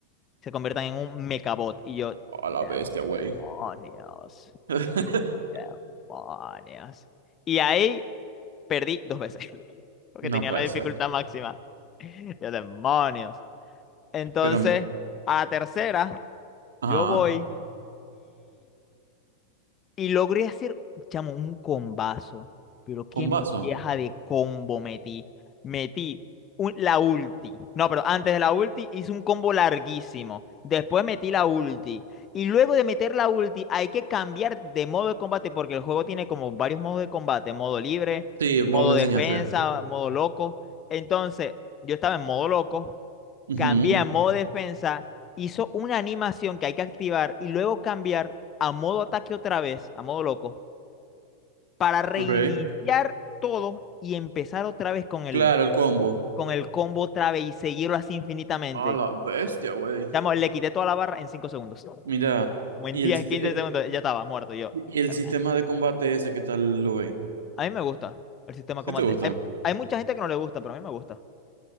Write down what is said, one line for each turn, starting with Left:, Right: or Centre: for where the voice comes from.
Left: se convierten en un mecabot. Y yo, demonios,
Right: A la bestia, güey. <laughs>
Left: demonios. Y ahí perdí dos veces, <laughs> porque
Right: No
Left: tenía
Right: puede
Left: la dificultad
Right: ser.
Left: máxima. <laughs> Yo, demonios. Entonces,
Right: Pero,
Left: a la tercera,
Right: ajá,
Left: yo voy Y logré hacer, chamo, un combazo. Pero qué
Right: con
Left: molleja
Right: vaso.
Left: de combo metí. Metí un- la ulti. No, pero antes de la ulti hice un combo larguísimo. Después metí la ulti. Y luego de meter la ulti hay que cambiar de modo de combate porque el juego tiene como varios modos de combate. Modo libre,
Right: Sí, vos
Left: modo
Right: me
Left: defensa,
Right: enseñaste.
Left: modo loco. Entonces, yo estaba en modo loco
Right: Ujú,
Left: cambié a modo defensa, hizo una animación que hay que activar y luego cambiar a modo ataque otra vez, a modo loco, para reiniciar
Right: Ok.
Left: todo y empezar otra vez con el,
Right: Claro, el combo.
Left: con el combo otra vez y seguirlo así infinitamente.
Right: A la bestia, güey.
Left: Chamo, le quité toda la barra en 5 segundos.
Right: Mira,
Left: Como en
Right: y
Left: 10
Right: el, siste-
Left: 15
Right: eh,
Left: segundos, ya estaba muerto. Yo,
Right: y
Left: excelente.
Right: el sistema de combate ese, ¿qué tal lo veis?
Left: A mí me gusta el sistema de combate.
Right: ¿Sí te gusta?
Left: Hay, hay mucha gente que no le gusta, pero a mí me gusta.